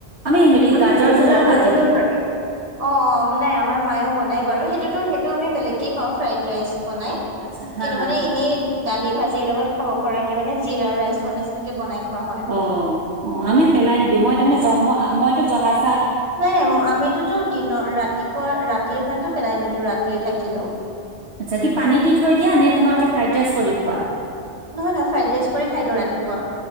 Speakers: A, on the right; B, on the right.
A: আমি হেৰি
B: আমি
A: গাজৰ
B: দেৰি
A: চাজৰো
B: কৰও
A: কাটি দিওঁ।
B: কাট দা, অ'-অ' নাইমাৰ মায়েও বনাই বাৰু সেইটোতো সেইটো আমি বেলেগকে খাওঁ ফ্ৰাইড ৰাইচ বনাই,
A: আচ্ছা হা
B: কিন্তু
A: হা
B: মানে
A: হা।
B: এনেই দালি ভাজিৰ লগত খাব পৰা মানে জিৰা ৰাইৰ নিচিনাকে বনাই। খোৱা হয়
A: অ', অ', আমিও পেলাই নিদিওঁ মই তাৰে মইতো জহাজ
B: নাই নাই আমিতোতো দিনৰ, ৰাতিপুৱা ৰাতিৰ ভাতো পেলাই নিদো টো ৰাতিয়ে থাকিলেও
A: আচ্ছা কি পানী দি থৈ দিয়া নে, তোমালোকে ফ্ৰাইড ৰাইচ কৰি খোৱা?
B: নহয় নহয়, ফ্ৰাইড ৰাইচ কৰি খাই দিওঁ ৰাতিপুৱা।